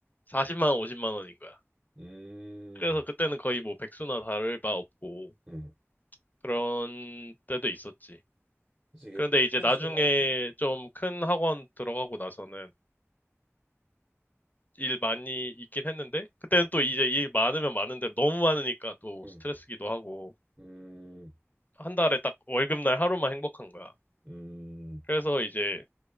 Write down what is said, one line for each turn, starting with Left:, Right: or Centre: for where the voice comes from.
Left: 40만 원, 50만 원인 거야.
Right: 음,
Left: 그래서 그때는 거의 뭐 백수나 다를 바 없고,
Right: 음.
Left: 그런 때도 있었지.
Right: 그래서 이게
Left: 그런데
Right: 프리랜서가
Left: 이제 나중에 좀 큰 학원 들어가고 나서는 일 많이 있긴 했는데, 그때는
Right: 음,
Left: 또 이제 일 많으면 많은 대로 너무 많으니까 또
Right: 음,
Left: 스트레스기도 하고,
Right: 음,
Left: 한 달에 딱 월급날 하루만 행복한 거야.
Right: 음,
Left: 그래서 이제